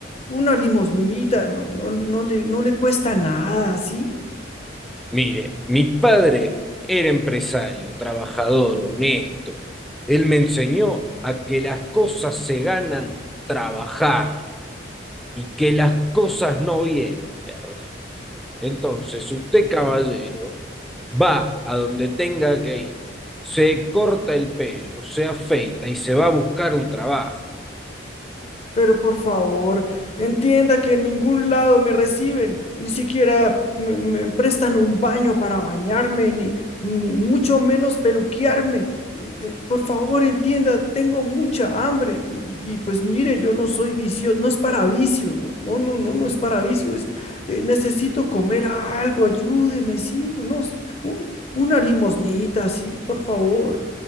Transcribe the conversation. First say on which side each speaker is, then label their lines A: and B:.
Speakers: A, on the left (about 30°); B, in the centre.
A: una limosnita. No, no, no le, no le cuesta nada, ¿sí?
B: Mire, mi padre era empresario, trabajador, honesto. Él me enseñó a que las cosas se ganan trabajando y que las cosas no vienen de arriba. Entonces, usted, caballero, va a donde tenga que ir, se corta el pelo, se afeita y se va a buscar un trabajo.
A: Pero por favor, entienda que en ningún lado me reciben, ni siquiera me, me prestan un baño para bañarme, ni, ni mucho menos peluquearme. Eh, eh, Por favor, entienda, tengo mucha hambre y, y, pues mire, yo no soy vicio, no es para vicio, no, no, no, no, no es para vicio, es eh, necesito comer algo, ayúdeme, sí, no, no, un- una limosnita, sí, por favor.